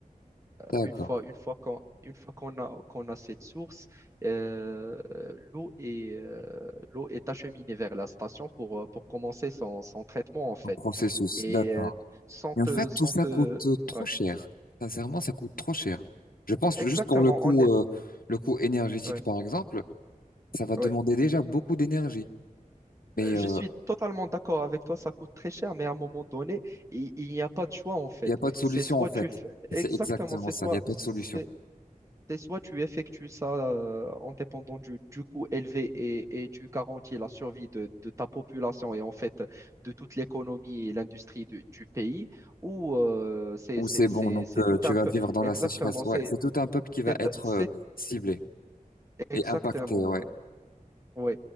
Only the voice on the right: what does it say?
une fois, une fois qu'on, une fois qu'on a, qu'on a cette source, euh, l'eau est, euh, l'eau est acheminée vers la station pour, euh, pour commencer son, son traitement, en fait.
Et
euh, sans
te,
sans
te...
Ouais.
Exactement,
on est...
ouais,
ouais.
Euh, Je
suis totalement d'accord avec toi, ça coûte très cher, mais à un moment donné, il il n'y a pas de choix, en fait.
C'est soit
tu fais... Exactement,
c'est
soit...
c'est- c'est soit tu effectues ça euh, en dépendant du, du coût élevé et, et tu garantis la survie de, de ta population et en fait de toute l'économie et l'industrie du, du pays, ou euh, c'est
c'est-
c'est-
c'est
tout
un
peu.
Exactement,
c'est
c'est-
c'est
exactement
oui.